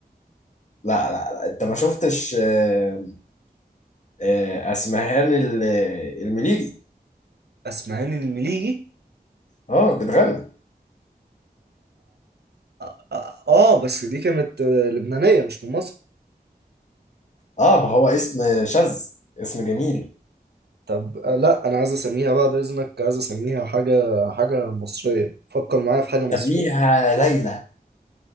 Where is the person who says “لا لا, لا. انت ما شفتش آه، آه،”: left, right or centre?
Left